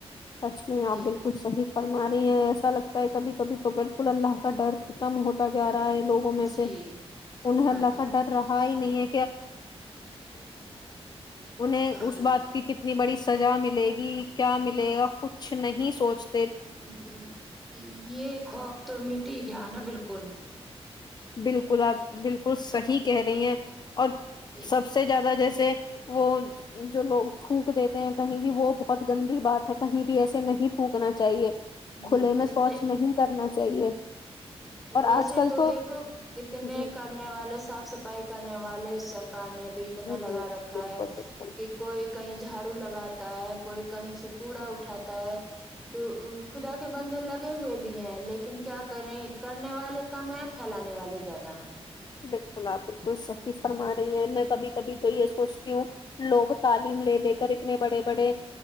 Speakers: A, on the left (about 40°); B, in the centre.
A: سچ میں
B: جی
A: آپ بالکل صحیح فرما رہی ہیں ایسا لگتا ہے کبھی کبھی تو بک اللہ کا ڈر ختم ہوتا جا رہا ہے لوگوں میں
B: جی
A: سے انہیں
B: ہاں
A: اللہ
B: جی
A: کا ڈر رہا ہی <inaudible> انہیں
B: ہاں
A: اس بات کی کتنی بڑی سزا ملے گی کیا ملے گا کچھ نہیں سوچتا
B: جی یہ خواب تو میٹ کیایا نا بالکل ج
A: بالکل آپ بالکل صحی کہہ رہی ہیں اور
B: جی
A: سب سے زیادہ جیسے سے وہ جو لوگ تھوک دیتے ہیں کہیں بھی وہ بہت گندی بات ہے کہیں بھی ایسے نہیں تھوکنا چاہیے
B: جی
A: کھلے
B: جی
A: میں سوچ نہیں کرنا چاہیے اور
B: ویسے
A: آج کل
B: تو دیکھو <inaudible> کتنے
A: جی
B: کرنے والے صاف صفائی کرنے والے والے سرک <inaudible> نے بھی اتنا
A: جی
B: لگا رکھا
A: بالکل
B: ہے
A: بالکل
B: کہ کوئی کہیں جھاڑو لگات ہے کوئی کہیں سے کوڑا اٹھاتا ہے تو خدا کے بندے لگے ہوئے بھی ہیں لیکن کیا کرنے والے کم ہیں پھیلانے والے زیادہ ہیں
A: بالکل آپ بالکل صحیح فرما رہی ہیں میں کبھی کبھی تو یہ سوچتی ہوں لوگ تعلیم لے لے کر اتنے بڑے بڑے